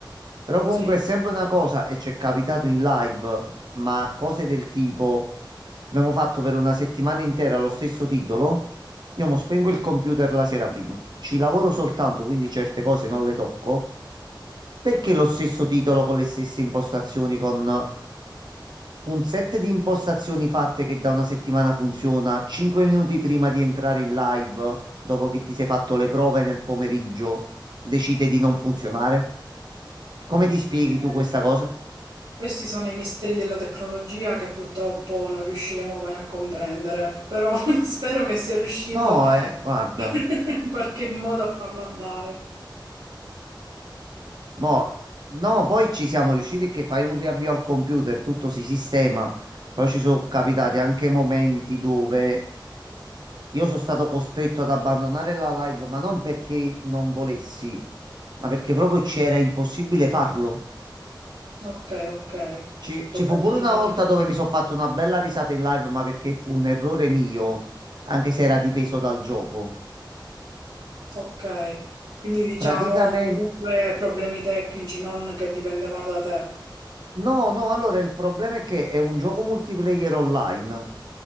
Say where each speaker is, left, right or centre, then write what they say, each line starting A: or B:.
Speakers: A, on the right; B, on the right.
A: Però comunque
B: sì.
A: è sempre una cosa, e ci è capitato in live, ma cose del tipo. Abbiamo fatto per una settimana intera lo stesso titolo. Io mo spengo il computer la sera prima. Ci lavoro soltanto, quindi certe cose non le tocco. Perché lo stesso titolo con le stesse impostazioni, con un set di impostazioni fatte che da una settimana funziona, 5 minuti prima di entrare in live, dopo che ti sei fatto le prove nel pomeriggio, decide di non funzionare? Come ti spieghi
B: Eh.
A: tu questa cosa?
B: Questi sono i misteri della tecnologia che purtroppo non riusciremo mai a comprendere, però <laughs> spero che sia riuscito
A: No, eh, guarda.
B: <laughs> in qualche modo a farlo andare.
A: Mo- no, poi ci siamo riusciti che fai un riavvio al computer, tutto si sistema. Poi ci sono capitati anche momenti dove io sono stato costretto ad abbandonare la live, ma non perché non volessi, ma perché proprio c'era impossibile farlo.
B: Ok, ok.
A: Ci, ci
B: Problemi...
A: fu pure una volta dove mi sono fatto una bella risata in live, ma perché fu un errore mio, anche se era
B: mm,
A: dipeso dal gioco.
B: Ok. Quindi diciamo
A: Praticamente,
B: comunque problemi tecnici, non che dipendevano da te.
A: no, no, allora il problema è che è un gioco multiplayer online.